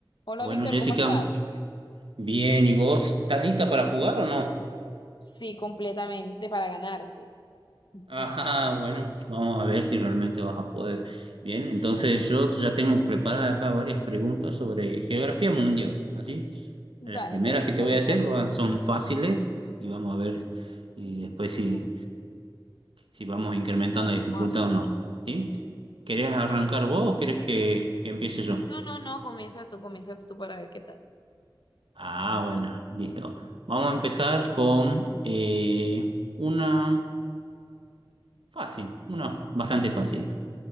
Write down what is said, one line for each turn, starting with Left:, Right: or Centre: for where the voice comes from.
Left: Hola
Right: Bueno,
Left: Víctor,
Right: Jessica,
Left: ¿cómo estás?
Right: bien, ¿y vos estás lista para jugar o no?
Left: Sí, completamente para ganarte. <laughs>
Right: Ajá, bueno, vamos a ver si realmente vas a poder. Bien, entonces yo ya tengo preparadas acá varias preguntas sobre geografía mundial, ¿así? Las
Left: Dale,
Right: primeras
Left: pues
Right: que te
Left: comienza
Right: voy a hacer
Left: tú,
Right: van-
Left: comienza.
Right: son fáciles y vamos a ver y después si,
Left: Uf,
Right: si vamos incrementando
Left: a ver,
Right: la dificultad
Left: vamos a ver.
Right: o no, ¿sí? ¿Querés arrancar vos o querés que, que empiece yo?
Left: No, no, no, comienza tú, comienza tú para ver qué tal.
Right: Ah, bueno, listo. Vamos a empezar con eh, una... Fácil, una bastante fácil.